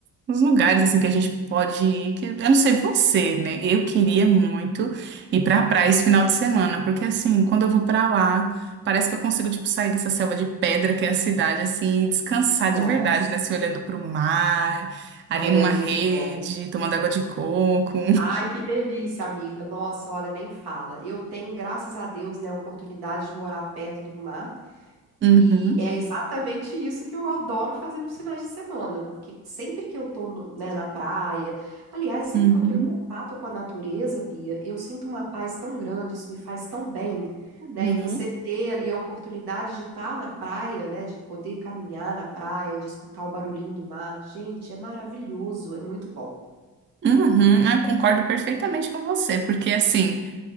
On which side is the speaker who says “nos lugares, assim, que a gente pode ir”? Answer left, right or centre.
Right